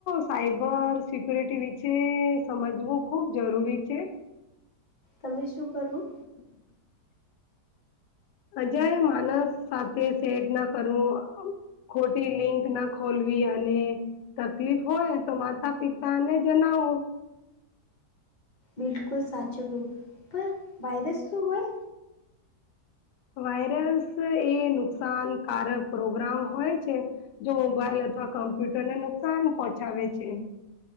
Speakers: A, on the left (about 85°); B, on the left (about 40°).
A: સાયબર સિક્યોરિટી વિશે સમજવું ખૂબ જરૂરી છે,
B: તમે શું કરવું
A: <inaudible> અજય માનસ સાથે સેટ ન કરવું ખોટી લિંક ના ખોલવી અને તકલીફ હોય તો માતા પિતા ને જનાવો
B: બિલકુલ સાચું ગયું પણ વાયરસ શું હોય
A: વાયરસ એ નુકસાનકારક પ્રોગ્રામ હોય છે, જો મોબાઈલ અથવા કમ્પ્યુટરને નુકસાન પહોંચાવે છે